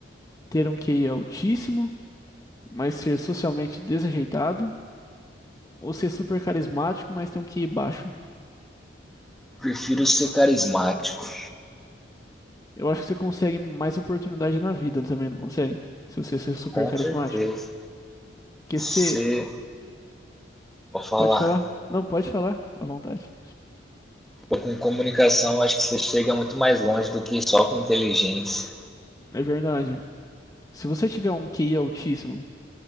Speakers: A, on the left (about 20°); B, in the centre.
A: Ter um QI altíssimo, mas ser socialmente desajeitado? ou ser super carismático, mas ter um QI baixo.
B: Prefiro ser carismático,
A: Eu acho que você consegue mais oportunidade na vida também, não consegue? Se você ser super
B: com
A: carismático.
B: certeza.
A: Porque se.
B: Ser, pra falar,
A: Pode falar? Não, pode falar, à vontade.
B: Pô, com comunicação acho que você chega muito mais longe do que só com inteligência.
A: É verdade. Se você tiver um QI altíssimo